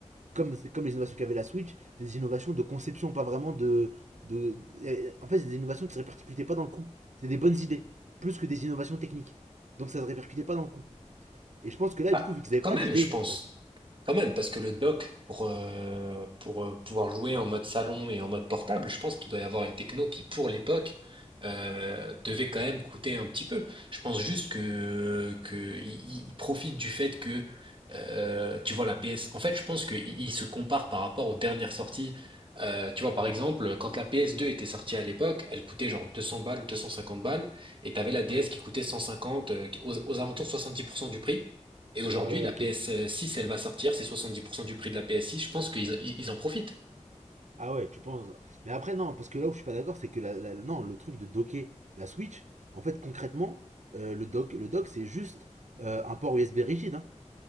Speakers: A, on the right; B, on the right.
A: comme, comme les innovations qu'avait la Switch, des innovations de conception, pas vraiment de. de de en fait, c'est des innovations qui ne se répercutaient pas dans le coup. C'est des bonnes idées, plus que des innovations techniques. Donc ça ne se répercutait pas dans le coup. Et je pense que là,
B: Bah
A: du coup, vu qu'ils avaient
B: quand
A: pas
B: même,
A: d'idée.
B: je pense. Quand même, parce que le dock, pour, euh, pour euh, pouvoir jouer en mode salon et en mode portable, je pense qu'il doit y avoir une techno qui, pour l'époque, euh, devait quand même coûter un petit peu. Je pense juste que, que il, il- il profite du fait que, euh, tu vois, la PS... En fait, je pense qu'il il se compare par rapport aux dernières sorties. Euh, tu vois, par exemple, quand la PS2 était sortie à l'époque, elle coûtait genre 200 balles, 250 balles, et t'avais la DS
A: Ouais.
B: qui coûtait 150, euh, aux, aux alentours de 70% du prix. Et aujourd'hui,
A: Ouais, ouais,
B: la
A: ok.
B: PS6, elle va sortir, c'est 70% du prix de la PS6, je pense qu'ils ils ils en profitent.
A: Ah ouais, tu penses. Mais après, non, parce que là où je suis pas d'accord, c'est que la, la- non, le truc de docker la Switch, en fait, concrètement, euh, le dock, le dock c'est juste euh, un port USB rigide. hein.